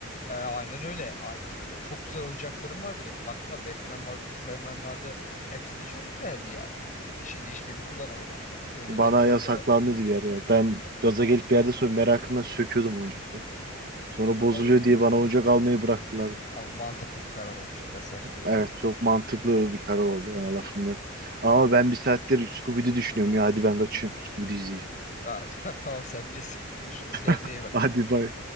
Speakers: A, on the left; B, on the right.
A: e, aynen öyle. Aynen öyle. Çok güzel oyuncaklarım vardı benim. Bakma Batman vardı, Superman vardı. Hepsi de çok güzeldi yani. Şimdi hiçbirini bulamam ama.
B: <laughs>
A: Öyle
B: Bana
A: de bir
B: yasaklandı
A: da var.
B: bir ara ya. Ben gaza gelip bir yerde sonra merakımdan söküyordum oyuncakları. Sonra
A: Aa,
B: bozuluyor
A: öyle.
B: diye bana oyuncak almayı bıraktılar.
A: Ama mantıklı bir karar olmuş biraz. Sence de öyle
B: Evet
A: değil mi?
B: çok mantıklı bir karar oldu ona lafım yok. Ama ben bir saattir Scooby-Doo düşünüyorum ya hadi ben kaçıyorum Scooby-Doo izleyeceğim.
A: Aa, <laughs> tamam sen bilirsin. Görüşürüz
B: <laughs>
A: kendine iyi bak.
B: Hadi bay.